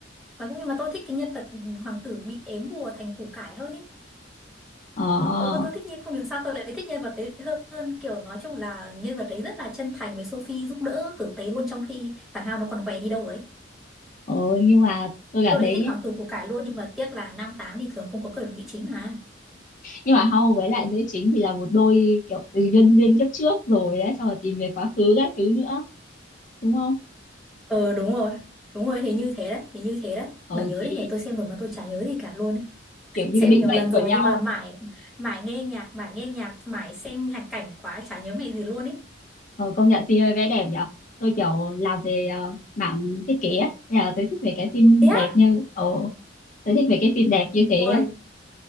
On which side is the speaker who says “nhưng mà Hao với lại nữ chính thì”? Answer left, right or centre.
Left